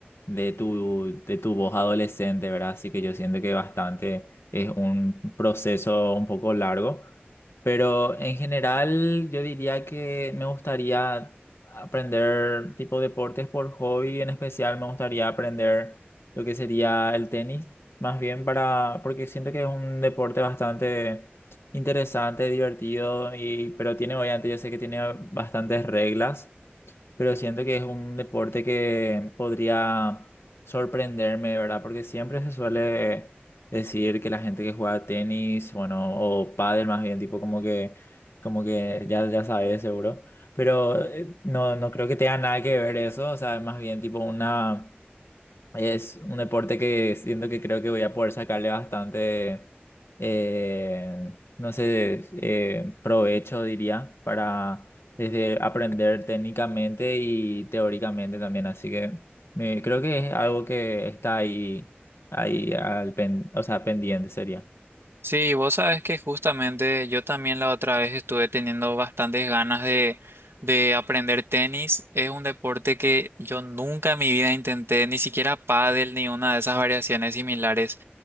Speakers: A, on the left; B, on the right.
A: de tu, de tu voz adolescente, ¿verdad? Así que yo siento que bastante es un proceso un poco largo. Pero en general yo diría que me gustaría aprender tipo deportes por hobby, en especial me gustaría aprender lo que sería el tenis, más bien para, porque siento que es un deporte bastante interesante, divertido, y, pero tiene, obviamente yo sé que tiene bastantes reglas pero siento que es un deporte que podría sorprenderme, ¿verdad? Porque siempre se suele decir que la gente que juega tenis, bueno, o pádel más bien, tipo como que, como que ya, ya sabes seguro, pero eh, no, no creo que tenga nada que ver eso, o sea, es más bien tipo una es un deporte que siento que creo que voy a poder sacarle bastante, eh, no sé, eh, provecho, diría, para desde aprender técnicamente y teóricamente también. Así que me, creo que es algo que está ahí, ahí al pen- o sea, pendiente sería.
B: Sí, vos sabes que justamente yo también la otra vez estuve teniendo bastantes ganas de, de aprender tenis. Es un deporte que yo nunca en mi vida intenté, ni siquiera pádel ni una de esas variaciones similares.